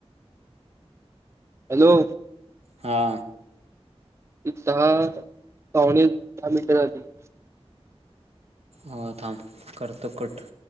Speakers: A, on the right (about 25°); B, on the right (about 75°).
A: हॅलो
B: हा.
A: दहा... पावणे दहा मिनिटं झाली.
B: हा थांब... करतो कट.